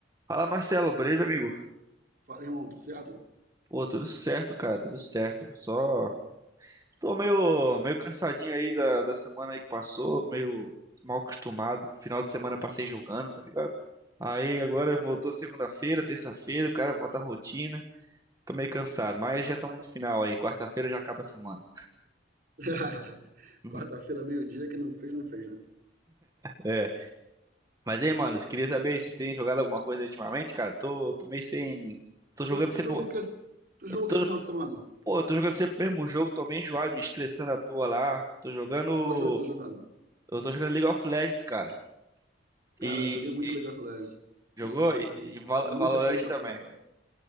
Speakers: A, on the right; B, on the right.
A: Fala Marcelo, beleza, amigo?
B: Fala, irmão, tudo certo?
A: Pô, tudo certo, cara, tudo certo. Só tô meio, meio cansadinho aí da, da semana aí que passou, meio mal acostumado. Final de semana passei jogando, tá ligado? Aí agora voltou segunda-feira, terça-feira, o cara volta à rotina. Fica meio cansado, mas já estamos no final aí. Quarta-feira já acaba a semana.
B: <laughs>
A: <laughs>
B: Quarta-feira, meio-dia, que não fez, não fez, né?
A: É. Mas aí, mano, eu queria saber aí se tem jogado alguma coisa ultimamente, cara. Tô, tô meio sem. Tô jogando
B: Tu,
A: sempre.
B: tu jogou o que? Tu
A: Eu
B: jogou
A: tô.
B: o que esse final de semana?
A: Pô, eu tô jogando sempre o mesmo jogo, tô meio enjoado, me estressando à toa lá. Tô jogando.
B: Qual jogo você tá jogando?
A: Eu tô jogando League of Legends, cara.
B: Cara,
A: E,
B: eu joguei muito
A: e-
B: League of Legends.
A: jogou?
B: Tenho
A: E, e Val-
B: muita
A: Valorant
B: coisa pra
A: também.
B: contar.